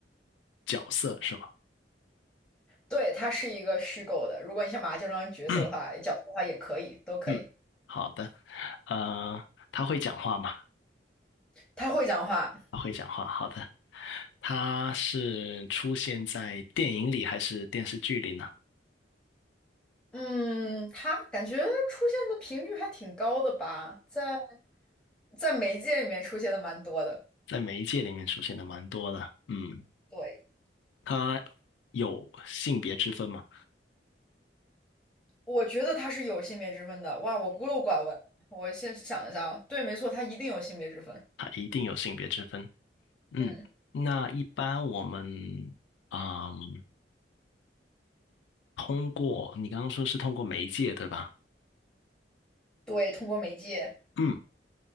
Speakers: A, on the left; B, in the centre.
A: 角色是吗？
B: 对，它是一个虚构的。如果你想把它叫成角色的话，
A: <clears throat> 嗯
B: 哎角色的话也可以，都可以。
A: 嗯，好的。呃，他会讲话吗？
B: 它会讲话，
A: 他会讲话，好的。他是出现在电影里还是电视剧里呢？
B: 嗯，它感觉出现的频率还挺高的吧，在。在媒介里面出现的蛮多的。
A: 在媒介里面出现的蛮多的。嗯，
B: 对，
A: 它有性别之分嘛？
B: 我觉得它是有性别之分的。哇，我孤陋寡闻。我先想一下啊，对，没错，它一定有性别之分。
A: 它一定有性别之分。嗯，
B: 嗯，
A: 那一般我们，嗯，通过你刚刚说是通过媒介对吧？
B: 对，通过媒介，
A: 嗯，